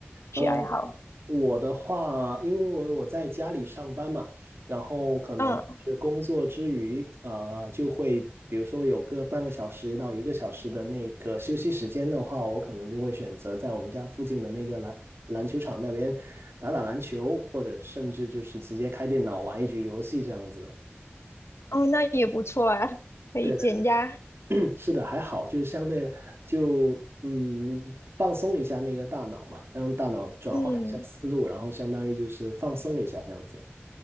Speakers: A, on the left (about 90°); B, on the right (about 70°).
A: 趣爱好？
B: 呃，我的话，因为我在家里上班嘛，然后可能是工作之余，
A: 嗯，
B: 呃，就会比如说有个半个小时到一个小时的那个休息时间的话，我可能就会选择在我们家附近的那个篮篮球场那边打打篮球，或者甚至就是直接开电脑玩一局游戏这样子。
A: 哦，那也不错啊，可以减压。
B: 对 <clears throat> 是的，还好，就是相对就嗯放松一下那个大脑嘛，让大脑转换一下思路，
A: 嗯
B: 然后相当于就是放松一下这样子。